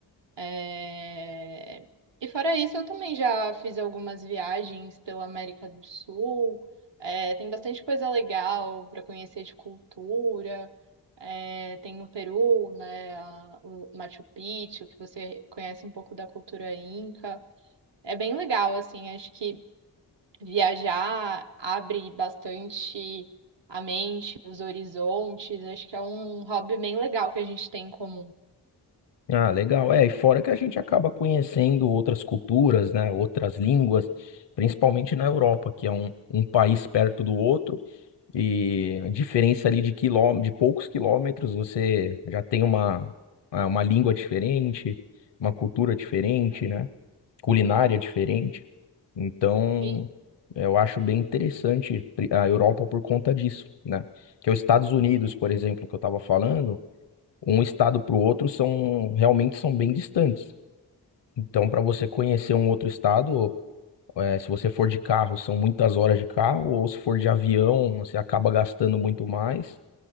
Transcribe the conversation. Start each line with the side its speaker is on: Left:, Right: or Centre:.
Right: É, E fora isso, eu também já fiz algumas viagens pela América do Sul. É, tem bastante coisa legal para conhecer de cultura. É, tem no Peru, né, a- o Machu Picchu, que você conhece um pouco da cultura inca. É bem legal, assim, acho que viajar abre bastante a mente, os horizontes. Acho que é um hobby bem legal que a gente tem em comum.
Left: Ah, legal. É, e fora que a gente acaba conhecendo outras culturas, né, outras línguas, principalmente na Europa, que é um, um país perto do outro, e a diferença ali de quilô, de poucos quilômetros, você já tem uma, ah, uma língua diferente, uma cultura diferente, né? culinária diferente. Então,
Right: Sim.
Left: eu acho bem interessante pri- a Europa por conta disso, né? Que é os Estados Unidos, por exemplo, que eu estava falando, um estado para o outro são realmente são bem distantes. Então, para você conhecer um outro estado, eh, se você for de carro, são muitas horas de carro, ou se for de avião, você acaba gastando muito mais,